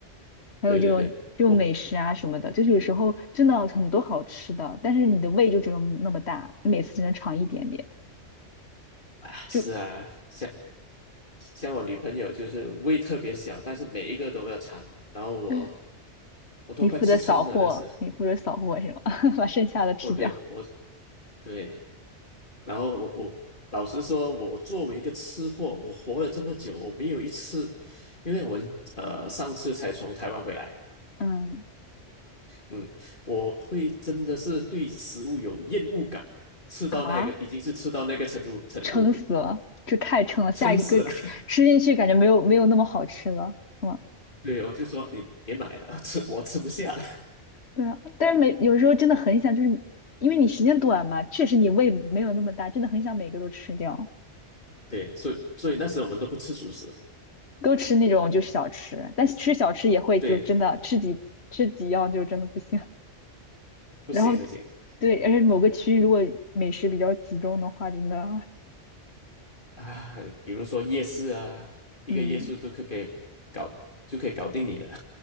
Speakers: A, on the left; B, on the left.
A: 还有这种就美食啊什么的，
B: 对对对，我
A: 就是有时候真的很多好吃的，但是你的胃就只有那么大，你每次只能尝一点点，
B: 啊是啊，
A: 就
B: 像像我女朋友就是胃特别小，但是每一个都要尝，然后我
A: 对，
B: 我都快吃撑了，
A: 你负责扫货，
B: 那时
A: 你负责扫货是吗？<laughs> 把剩下的吃掉。
B: 哦，对我对，然后我我老实说，我作为一个吃货，我活了这么久，我没有一次，因为我呃上次才从台湾回来，
A: 嗯，
B: 嗯，我会真的是对食物有厌恶感，吃到那个已经是吃到那个程度程度了，
A: 啊，撑死了，这太撑了。下一个吃进去，
B: 撑死了。
A: 感觉没有没有那么好吃了，是吗？
B: 对，我就说你别买了，<laughs> 吃我吃不下。
A: 对啊，但是每有时候真的很想，就是因为你时间短嘛，确实你胃没有那么大，真的很想每个都吃掉，
B: <laughs> 对，所以所以那时候我们都不吃主食，
A: 都吃那种就是小吃，但是吃小吃也会就真的吃几吃几样就真的不行。
B: 对，
A: <laughs>
B: 不行不行
A: 然后对，而且某个区域如果美食比较集中的话，真的
B: 啊，比如说夜市啊，一个夜市都可以给搞就可以搞定你了
A: 嗯